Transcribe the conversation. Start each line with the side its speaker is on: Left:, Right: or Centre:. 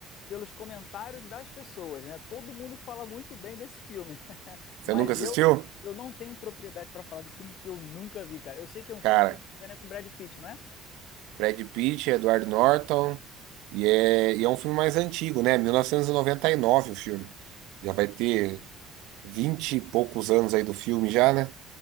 Left: pelos comentários das pessoas, né? Todo mundo fala muito bem desse filme, <laughs>
Right: Você
Left: mas
Right: nunca assistiu?
Left: eu eu não tenho propriedade pra falar desse filme que eu nunca vi, cara. Eu sei que é um
Right: Cara,
Left: filme, se eu não me engano, é com Brad Pitt, não é?
Right: Brad Pitt, Edward Norton e é, e é um filme mais antigo, né? 1999 o filme. Já vai ter 20 e poucos anos aí do filme já, né?